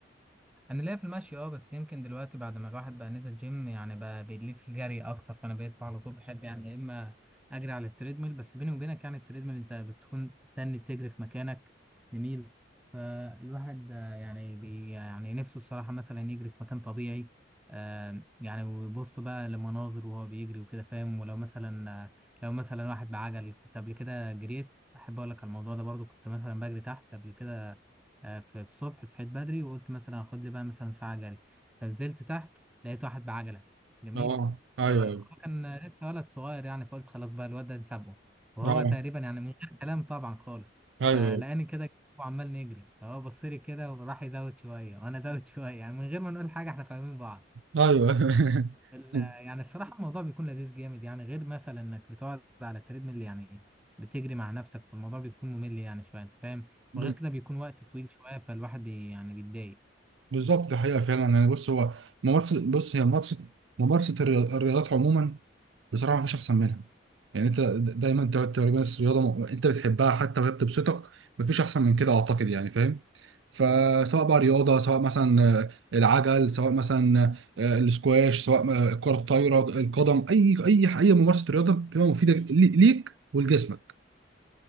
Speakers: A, in the centre; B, on the right.
A: انا ليا في المشي اه بس يمكن دلوقتي بعد ما الواحد بقى نزل جيم يعني بقى بيليه في الجري اكتر فانا بقيت على طول بحب يعني يا اما اجري على التريدميل بس بيني وبينك يعني التريدميل انت بتكون تاني تجري في مكانك جميل فالواحد آه، يعني بي يعني نفسه الصراحة مثلا يجري في مكان طبيعي آه، يعني ويبص بقى لمناظر وهو بيجري وكده فاهم ولو مثلا آه، لو مثلا واحد بعجل كنت قبل كده جريت احب اقول لك على الموضوع ده برضو كنت مثلا بجري تحت قبل كده آه، في الصبح صحيت بدري وقلت مثلا هاخد لي بقى مثلا ساعة جري فنزلت تحت لقيت واحد بعجلة جميل
B: اه ايوه
A: فهو
B: ايوه
A: كان لسه ولد صغير يعني فقلت خلاص بقى الواد ده نسابه وهو
B: اه
A: تقريبا يعني من غير كلام طبعا خالص
B: ايوه
A: فلقاني كده وعمال نجري فهو بص لي كده وراح يزود شوية وأنا زود <laughs> شوية يعني من غير ما نقول حاجة احنا فاهمين بعض
B: ايوه ايوه <laughs>
A: ال- يعني الصراحة الموضوع بيكون لذيذ جامد يعني غير مثلا انك بتقعد على التريدميل يعني بتجري مع نفسك فالموضوع بيكون ممل يعني شوية انت فاهم وغير
B: بز-
A: كده بيكون وقت طويل شوية فالواحد بي يعني بيتضايق
B: بالظبط الحقيقه فعلا يعني بص هو ممارسه بص هي ممارسه ممارسه الرياض- الرياضات عموما بصراحه مفيش احسن منها يعني انت د- دايما تقعد تقول بس رياضه م- انت بتحبها حتى وهي بتبسطك مفيش احسن من كده اعتقد يعني فاهم فسواء بقى رياضه سواء مثلا آه، العجل سواء مثلا آه، السكواش سواء آه، الكره الطايره القدم اي اي اي ممارسه رياضه بتبقى مفيده لي- ليك ولجسمك